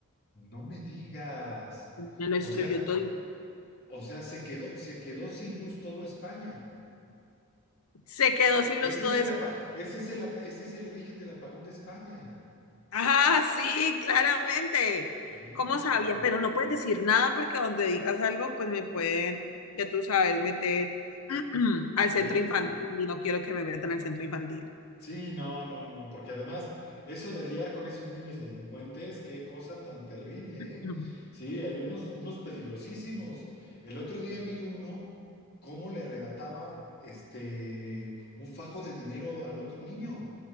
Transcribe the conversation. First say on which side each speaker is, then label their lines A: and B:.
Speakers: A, on the left; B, on the left.
A: No me digas.
B: Me lo destruyó
A: O sea,
B: todo.
A: o sea, se quedó, se quedó sin luz todo España.
B: Se quedó sin
A: Ese
B: luz todo
A: es el, apa- ese es el, apa- ese es el origen del apagón de España.
B: Ah, sí, claramente.
A: Híjole.
B: ¿Cómo sabía? Pero no puedes decir nada porque donde digas algo, pues me pueden, ya tú sabes, meter <clears throat> al centro
A: Ya-
B: infantil y no quiero que me metan al centro infantil.
A: Sí, no, no, no, porque además eso de liar con esos niños delincuentes, qué cosa tan terrible,
B: <clears throat>
A: ¿eh? Sí, hay unos, unos peligrosísimos. El otro día vi uno cómo le arrebataba este un fajo de dinero al otro niño.